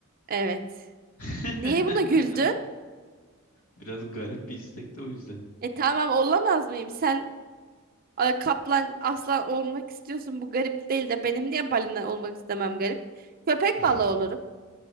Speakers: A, on the right; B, on the left.
A: Evet.
B: <laughs>
A: Niye buna güldün?
B: Biraz garip bir istek de o yüzden.
A: E tamam olamaz mıyım? Sen a, kaplan, aslan olmak istiyorsun. Bu garip değil de benim niye balina olmak istemem garip? Köpek
B: <laughs>
A: balığı olurum.